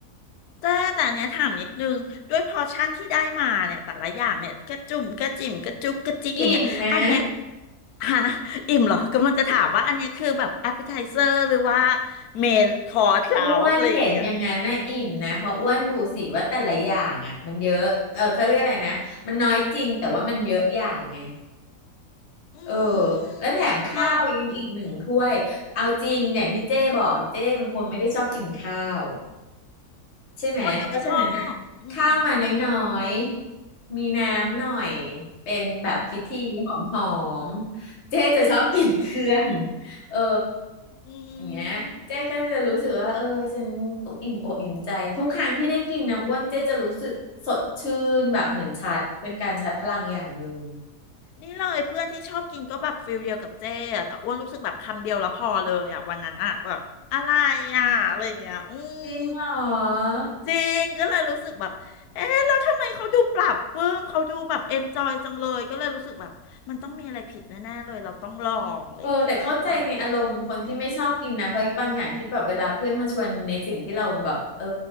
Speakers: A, on the left; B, on the left.
A: แต่แต่อันเนี้ยถามนิดนึงด้วยพอร์ชั่นที่ได้มาเนี่ยแต่ละอย่างเนี่ยกระจุ่มกระจิ๋มกระจุกกระจิกอย่างเงี้ยอันเนี้ย
B: อิ่มนะ
A: ฮะอิ่มเหรอกำลังจะถามว่าอันเนี้ยคือแบบ a p p e t i z e r หรือว่าเมนคอร์สแล้วอะไรอย่างเงี้ย
B: อ้วนเห็นอย่างนั้นนะอิ่มนะเพราะอ้วนดูสิว่าแต่ละอย่างอ่ะมันเยอะเออเขาเรียกอะไรนะมันน้อยจริงแต่ว่ามันเยอะอย่างไง
A: อื
B: เออ
A: ม
B: แล้วแถมข้าวยังอีกหนึ่งถ้วยเอาจริงอย่างที่เจ้บอกเจ้เป็นคนไม่ได้ชอบกินข้าว
A: หรอ
B: ใช่ไหม
A: อ้วนก็ไม่ชอบอืม
B: เพราะฉะนั้นอ่ะข้าวมาน้อยๆมีน้ำหน่อย เป็นแบบพิธีหอมๆ เจ๊จะชอบกินเครื่องเออ
A: อื
B: อย่างเงี้ยเจ๊ก็จะรู้สึกว่าเออฉันออิ่มอกอิ่มใจทุกครั้งที่ได้กินนะอ้วนเจ๊จะรู้สึกสดชื่นแบบเหมือนชาร์จเป็นการชาร์จพลังอย่างหนึ่ง
A: ม นี่เลยเพื่อนที่ชอบกินก็แบบฟิลเดียวกับเจ๊อะแต่อ้วนรู้สึกแบบคำเดียวแล้วพอเลยอะวันนั้นอะแบบอะไรอะอะไรอย่างเงี้ยอืม
B: จริงเหรอ
A: จริงก็เลยรู้สึกแบบเอ๊ะแล้วทำไมเขาดูปรับปรื้มเขาดูแบบเอนจอยจังเลยก็เลยรู้สึกแบบมันต้องมีอะไรผิดแน่ๆเลยเราต้องลองอะไรอย่างเงี้ยอืม
B: เออแต่เข้าใจในอารมณ์คนที่ไม่ชอบกินนะเพราะบางอย่างที่แบบเวลาเพื่อนมาชวนในสิ่งที่เราแบบเออ